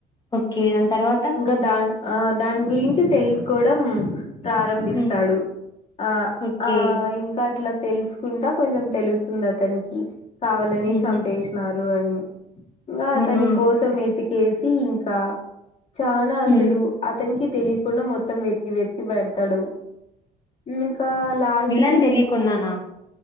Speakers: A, on the left (about 25°); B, on the left (about 40°).
A: ఓక్కే దాని తర్వాత
B: ఇంకా దా ఆ దాని గురించి తెలుసుకోవడం ప్రారంభిస్తాడు
A: హ్మ్
B: ఆ
A: ఓకే.
B: ఆ ఇంకా అట్ల తెలుసుకుంటా కొంచెం తెలుస్తుంది అతనికి కావాలని
A: హుహు.
B: చంపేసినారు అని ఇంగా అతని
A: ఆహా!
B: కోసం వెతికేసి ఇం కా చానా
A: హ్మ్
B: అసలు అతనికి తెలియకుండా మొత్తం వెతికి వెతికి పెడ్ తడు ఇంకా లాస్ట్
A: విల్లన్
B: కి
A: తెలియకున్నానా